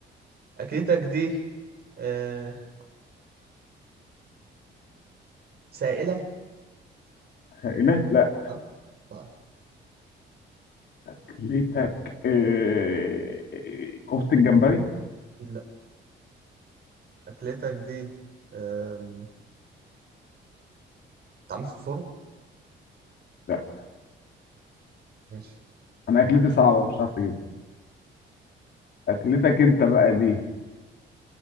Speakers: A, on the right (about 55°); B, on the left (about 60°).
A: اكلتك دي آه سائله
B: لا لا
A: اه طيب
B: اكلتك آه، آه، كفتة الجمبري؟
A: لا اكلتك دي آم، بتتعمل في الفرن
B: لا
A: ماشي
B: انا اكلتي صعبة مش هتعرف تجيبها اكلتك انت بقى دي